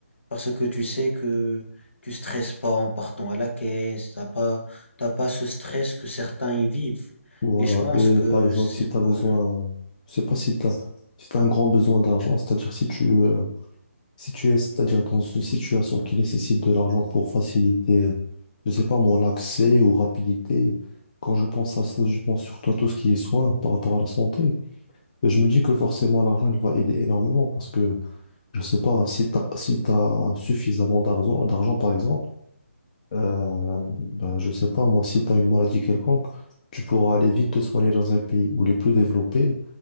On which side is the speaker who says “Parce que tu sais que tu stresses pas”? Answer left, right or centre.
Left